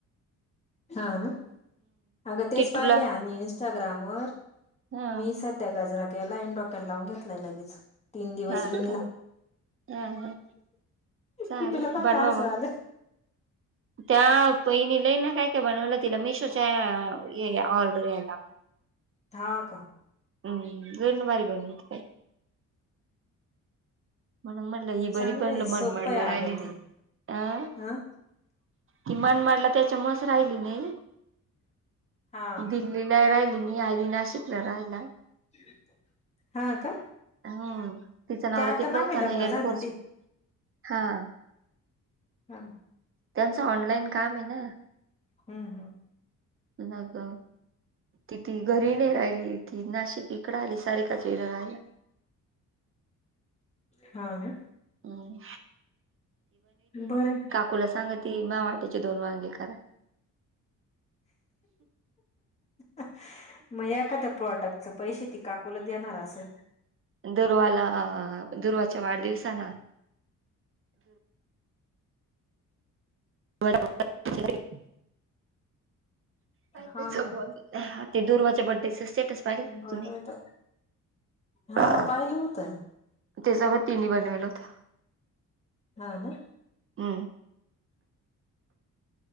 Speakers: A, on the left (about 20°); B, on the right (about 40°).
A: हा ना, आता तेच
B: टिटूला
A: पाहिले आम्ही इंस्टाग्रामवर
B: हा
A: मी सध्या त्या गजरा केला आणि डोक्याला लावून घेतलाय लगेच. तीन दिवस
B: हा
A: विणला,
B: का हा हा चालेल
A: कि तिला बघा
B: बनवा
A: हसु यालय.
B: मग त्या बहिणी लईन ना काय-काय बनवलं तिला मिशोच्या ये ऑर्डर यायला,
A: हा का
B: हम् लयच भारी बनवते. म्हणून म्हणलं ही
A: चांगलंय
B: बरी पण मन
A: सोपं
B: मारला
A: आहे
B: राहिली
A: अगं
B: नाही,
A: ते
B: आ
A: हं
B: ति मन मारला त्याच्यामुळेच राहिली मी.
A: हा
B: दिल्लीला राहिली मी आली नाशिकला राहायला.
A: <inaudible> का
B: हम्म तिचा नवरा
A: ते आता
B: तिकड
A: मागे
B: होताना
A: लग्न
B: एअरफोर्स.
A: झालं ते
B: <inaudible> हा. <inaudible>
A: हा.
B: त्यांचं ऑनलाइन काम आहे ना.
A: हम्म हम्.
B: मग तिथी घरी नाही राहिली ती नाशिक इकडं आली सारीकाच्या हित रहायला.
A: हा ना,
B: हम्म
A: बर.
B: तूला सांग ती मा वाटनीची दोन वांगी कराय.
A: मग एखादं प्रॉडक्टच पैसे ती काकूला देणार असंल.
B: दुर्वाला, दुर्वाच्या वाढदिवसाला. <unintelligible> त्याच
A: हा का
B: बोल. ते दुर्वाचे बड्डेच स्टेटस पाहिल
A: बरं
B: तुम्ही?
A: बाई हा
B: <unintelligible>
A: पाहिलं होतं
B: त्यासोबत तिनी बनवलं होतं.
A: हा ना.
B: हम्म.